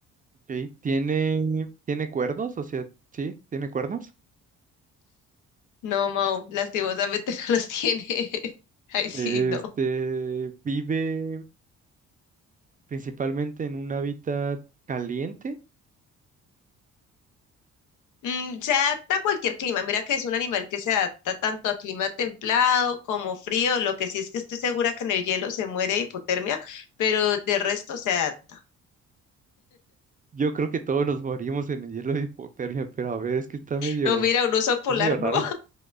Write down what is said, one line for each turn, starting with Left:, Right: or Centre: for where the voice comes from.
Right: ok, Tiene, tiene cuernos, o sea, sí, tiene cuernos.
Left: No, Mau, lastimosamente <laughs> no los tiene. <laughs> Ay, sí,
Right: Este,
Left: no.
Right: vive principalmente en un hábitat caliente.
Left: Mm, se adapta a cualquier clima. Mira que es un animal que se adapta tanto a clima templado como frío. Lo que sí es que estoy segura que en el hielo se muere de hipotermia, pero de resto se adapta.
Right: Yo creo que todos nos morimos en el hielo de hipotermia, pero a ver, es que está medio,
Left: No, mira, un oso polar,
Right: está medio raro.
Left: ¿no?